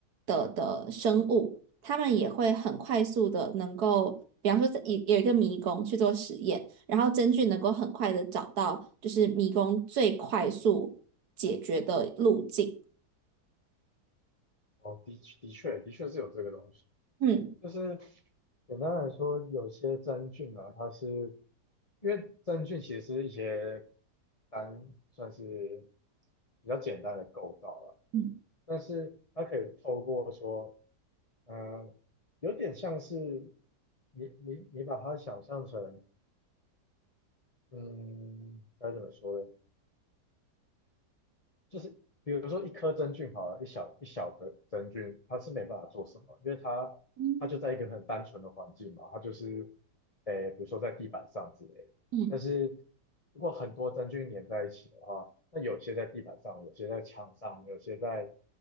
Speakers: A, on the right (about 65°); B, on the left (about 35°).
A: 的的生物，它们也会很快速的能够，比方说在有有一个迷宫去做实验，然后真菌能够很快的找到就是迷宫最快速解决的路径。
B: 哦，的的确的确是有这个东西。
A: 嗯
B: 就是简单来说，有些真菌啊，它是因为真菌其实是一些单算是比较简单的构造了，
A: 嗯
B: 但是它可以透过说，嗯、有点像是你你你把它想象成，嗯，该怎么说呢？就是比如说一颗真菌好了，一小一小的真菌，它是没办法做什么，因为它它就在一个很单纯的环境嘛，
A: 嗯
B: 它就是，诶，比如说在地板上之类的。
A: 嗯
B: 但是如果很多真菌粘在一起的话，那有些在地板上，有些在墙上，有些在